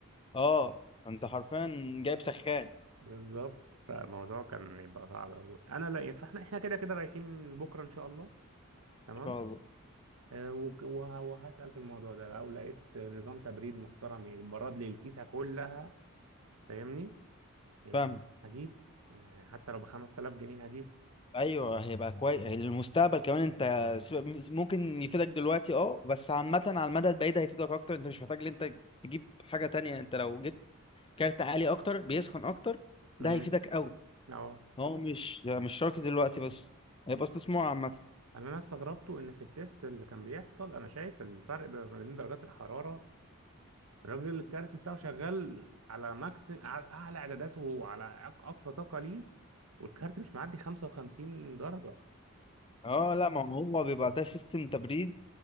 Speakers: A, on the left; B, on the right.
A: اه انت حرفيا جايب سخان ان
B: بالظبط فالموضوع كان يبقى صعب أوي انا لا فاحنا احنا كده كده رايحين بكره ان شاء الله تمام
A: شاء الله
B: آه، وك- وه- وهسال في الموضوع ده لو لقيت نظام تبريد محترم يبرد لي الكيسه كلها فاهمني يعني
A: فاهم
B: هجيب يعني حتى لو ب 5000 جنيه هجيب
A: ايوه هيبقى كويس المستقبل كمان انت سيبك- ممكن يفيدك دلوقتي اه بس عامه على المدى البعيد هيفيدك اكتر انت مش محتاج ان انت تجيب حاجه تانية انت لو جبت كارت عالي اكتر بيسخن اكتر
B: امم
A: ده هيفيدك قوي
B: اه
A: هو مش مش شرط دلوقتي بس هيبقى استثمار عامه
B: انا انا استغربته ان في التيست اللي كان بيحصل انا شايف الفرق ما بين درجات الحراره الراجل الكارت بتاعه شغال على ماكس على اعلى اعداداته وعلى أق- اقصى طاقه ليه والكارت مش معدي 55 درجه
A: اه لا ما هو بيبقى ده سيستم تبريد